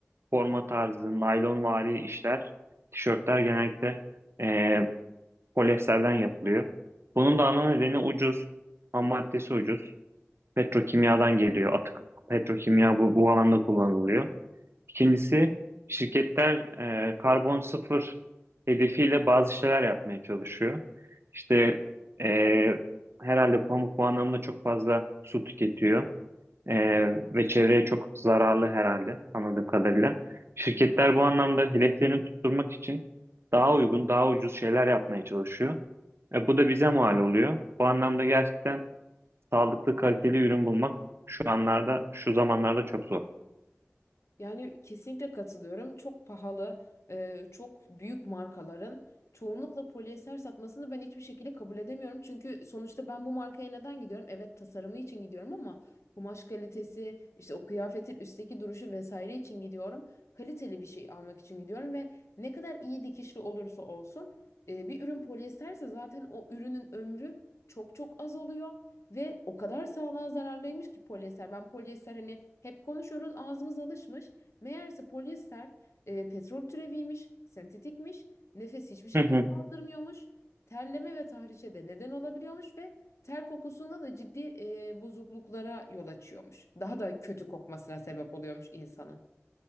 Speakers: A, on the right (about 60°); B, on the left (about 75°).
A: forma tarzı, naylonvari işler, tişörtler genellikle e, polyesterden yapılıyor. Bunun da ana nedeni ucuz, ham maddesi ucuz. Petrokimyadan geliyor. Atık petrokimya bu, bu alanda kullanılıyor. İkincisi şirketler e, karbon sıfır hedefiyle bazı şeyler yapmaya çalışıyor. İşte e, herhalde pamuk bu anlamda çok fazla su tüketiyor e, ve çevreye çok zararlı herhalde anladığım kadarıyla. Şirketler bu anlamda hedeflerini tutturmak için daha uygun, daha ucuz şeyler yapmaya çalışıyor. E, bu da bize mal oluyor. Bu anlamda gerçekten sağlıklı, kaliteli ürün bulmak şu anlarda, şu zamanlarda çok zor.
B: Yani kesinlikle katılıyorum. Çok pahalı, e, çok büyük markaların çoğunlukla polyester satmasını ben hiçbir şekilde kabul edemiyorum. Çünkü sonuçta ben bu markaya neden gidiyorum? Evet tasarımı için gidiyorum ama kumaş kalitesi, işte o kıyafetin üstteki duruşu vesaire için gidiyorum. Kaliteli bir şey almak için gidiyorum ve ne kadar iyi dikişli olursa olsun e, bir ürün polyesterse zaten o ürünün ömrü çok çok az oluyor. Ve o kadar sağlığa zararlıymış ki polyester. Ben polyester hani hep konuşuyoruz ağzımız alışmış. Meğerse polyester e, petrol türeviymiş, sentetikmiş, nefes hiçbir şekilde
A: <laughs>
B: aldırmıyormuş. Terleme ve tahrişe de neden olabiliyormuş ve ter kokusunda da ciddi e, bozukluklara yol açıyormuş. Daha da kötü kokmasına sebep oluyormuş insanın.